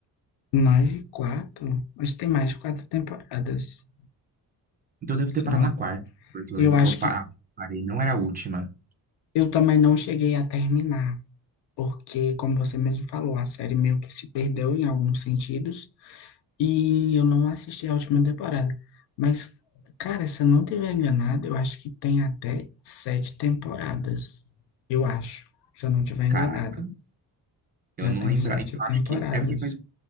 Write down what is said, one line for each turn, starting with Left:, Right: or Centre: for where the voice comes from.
Left: Mais de quatro? Acho que tem mais de quatro temporadas.
Right: Então eu devo
Left: Se
Right: ter parado
Left: não,
Right: na quarta. Porque eu
Left: eu
Right: lembro
Left: acho
Right: que eu pa-
Left: que
Right: ah, parei, não era a última.
Left: eu também não cheguei a terminar, porque, como você mesmo falou, a série meio que se perdeu em alguns sentidos e eu não assisti a última temporada. Mas, cara, se eu não estiver enganado, eu acho que tem até sete temporadas. Eu acho, se eu não estiver enganado.
Right: Caraca, eu
Left: Já
Right: não
Left: tem
Right: lembrava.
Left: sete
Right: Então
Left: temporadas.
Right: acho que. É porque faz,